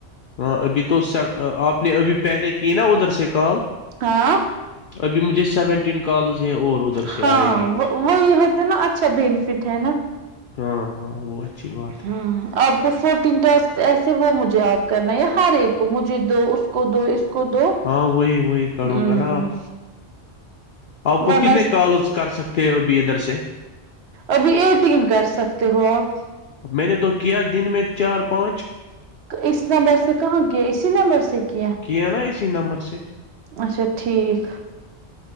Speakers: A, on the left; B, on the right.
A: ہاں ابھی تو آپ نے ابھی پہلے کی نا ادھر سے کال
B: ہاں
A: ابھی مجھے سیونٹین کالج ہے اور ادھر
B: ہاں
A: سے آئے گی مجھے
B: وہ وہی ہوتا ہے نا اچھا بینفٹ ہے نا
A: ہاں ہاں وہ اچھی بات
B: ہاں
A: ہے
B: آپ کو فورٹین ٹاسک ایسے وہ مجھے آپ کرنا ہے ہر ایک کو مجھے دو اس کو دو اس کو دو
A: ہاں وہی وہی کروں
B: ہوں
A: گا نا آپ آپ کو
B: ورنہ
A: کتنے کال اس کر سکتے ہو ا بھیھی ادھر سے
B: ابھی ایک دن کر سکتے ہو آپ
A: میں نے تو کیا دن میں چار پانچ
B: اس نمبر سے کہاں کیا اسی نمبر سے کیا
A: کہ ن نہ اسی نمبر سے
B: اچھا ٹھیک